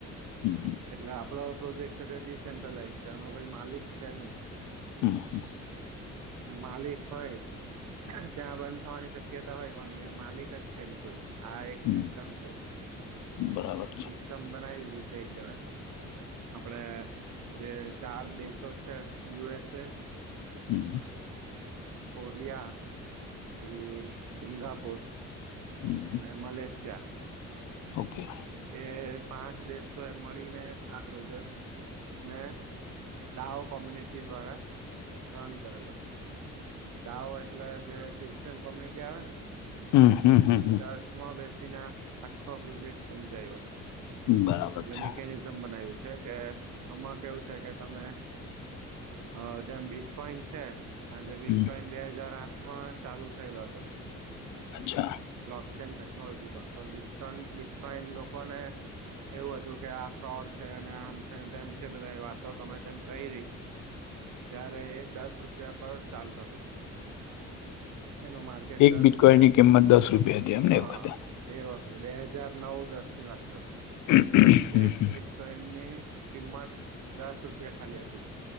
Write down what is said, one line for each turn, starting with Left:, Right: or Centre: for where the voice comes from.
Left: હમ
Right: એટલે આપડો પ્રોજેક્ટ છે તે ડડીસેન્ટ્રલાઈઝ છે એનો કોઈ માલિક છે નહી.
Left: હમ્મ, હમ્મ.
Right: ને માલિક હોય ત્યાં બંધ થવાની શક શક્યતા હોય પણ અયા માલિક જ છે ની કોઈ. આ એક
Left: હમ
Right: સિસ્ટમ છે.
Left: હમ બરાબર
Right: સિસ્ટમ બનાવી દીધી છે એક જણા આપડે જે ચાર દેશો છે યુ એસ એ
Left: હમ્મ.
Right: કોરિયા એ સિંગાપુર
Left: હમ
Right: અને મલેશિયા
Left: ઓકે.
Right: એ પાંચ દેશો એ મળીને આ પ્રોજેક્ટ ને ડાહો કોમ્યુનિટી દ્વારા રન કરેલો દાવો એટલે જે ક્રિશચિયન કોમ્યુનિટી આવે ને અને
Left: હમ હમ હમ હમ
Right: ચર્ચમાં બેસીને આખો પ્રોજેક્ટ સમજાયો છે.
Left: બરાબર
Right: એટલે
Left: છે
Right: મેિકનિઝમ બનાયું છે કે આમાં કેવું છે કે તમે અહ જેમ બીટકોઈન છે આજે બીટકોઈન
Left: હમ
Right: બે હાજાર આઠમાં ચાલુ થયેલો હતો.
Left: અચ્છા.
Right: બ્લોક ચેન ટેકનોલોજી પણ. બિકટન બિટકોઈન લોકોને એવું હતું કે આ ફ્રોડ છે અને આમ છેને તેમ છે બધા વાતો તમે તેમ કહી રહી ત્યારે એ દસ રૂપિયા પર ચાલતો તો. એનો માર્કેટ
Left: એક
Right: દસ
Left: બિટકોઈનની
Right: રૂપિયા હતો.
Left: કિંમત દસ રૂપિયા હતી એમને
Right: હા
Left: એ વખતે
Right: એ વખત બે હાજાર નવ દસ ની વાત.
Left: હમ, હમ,
Right: એજ બિટકોઈન ને કિંમત દસ રૂપિયા ખાલી હતી